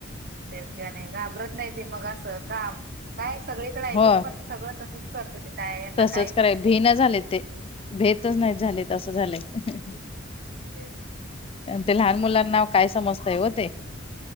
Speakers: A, on the right; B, on the left.
A: तेच का नाही घाबरत नाही ते मग असं घाम काय सगळीकडे ऐकून
B: हो
A: पण सगळं कसंच करत ते काय यांना
B: तसच
A: काहीच
B: कराय भी नाही झाले ते भेतच नाहीत झाले तसं झालंय
A: ह
B: ते लहान मुलांनाव काय समजतय हो ते